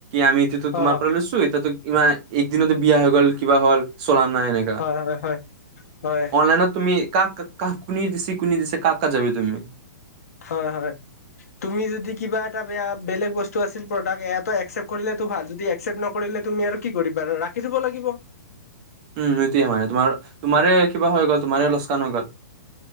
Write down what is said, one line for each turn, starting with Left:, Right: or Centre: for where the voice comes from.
Right: আমি এইটোতো তোমাৰ
Left: অ
Right: পৰা লৈছো এতিয়াতো ইমান। একদিনত বিয়া হৈ গ'ল কিবা হ'ল। <unintelligible> নাই এনেকা
Left: হয়
Right: <inaudible>
Left: হয় হয়
Right: অনলাইনত তুমি কাক। কাহ কুনি দিছি কুনি দিছে কাকা যাবি তুমি
Left: হয়- হয় তুমি যদি কিবা এটা বেয়া বেলেগ বস্তু আছিল প্ৰডাক্ট এয়াতো এক্সেপট কৰিলেতো ভাল যদি এক্সেপট নকৰিলে তুমি আৰু কি কৰিবা ৰাখি থব লাগিব।
Right: উম এইটোৱে মানে তোমাৰ তোমাৰে কিবা হৈ গ'ল তোমাৰে লোচকান হৈ গ'ল।